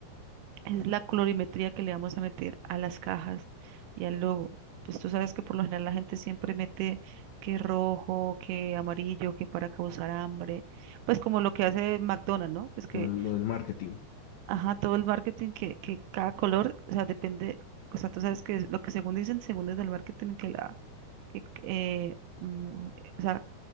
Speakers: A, on the right; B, on the left.
A: Es la colorimetría que le vamos a meter a las cajas y al logo. Pues tú sabes que por lo general la gente siempre mete que rojo, que amarillo, que para causar hambre. Pues como lo que hace McDonald's, ¿no? Pues que,
B: lo, lo del marketing,
A: ajá, todo el marketing, que, que cada color, o sea, depende, o sea, tú sabes que lo que según dicen, según es del marketing, que la, que, que, eh, mm, o sea,